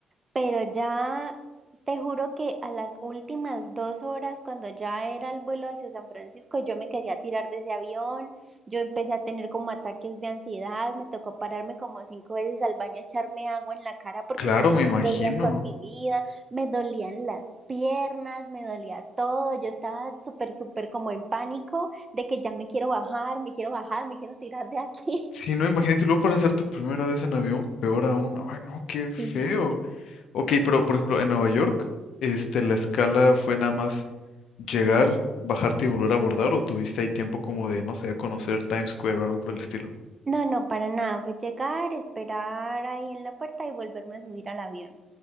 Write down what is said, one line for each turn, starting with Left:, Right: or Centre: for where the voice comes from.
Right: pero ya te juro que a las últimas dos horas, cuando ya era el vuelo hacia San Francisco, yo me quería tirar de ese avión, yo empecé a tener como ataques de ansiedad, me tocó pararme como cinco veces al baño a echarme agua en la cara porque
Left: Claro,
Right: yo ya
Left: me
Right: no
Left: imagino.
Right: podía con mi vida, me dolían las piernas, me dolía todo, yo estaba súper, súper como en pánico de que ya me quiero bajar, me quiero bajar, me quiero tirar de aquí.
Left: Sí, no, imagínate, y luego para hacer tu primera vez en avión, peor aún. Ay, no, qué feo.
Right: <laughs> Sí.
Left: Ok, pero por ejemplo, en Nueva York, este, la escala fue nada más llegar, bajarte y volver a abordar, o tuviste ahí tiempo como de, no sé, conocer Times Square o algo por el estilo.
Right: No, no, para nada. Fue llegar, esperar ahí en la puerta y volverme a subir al avión.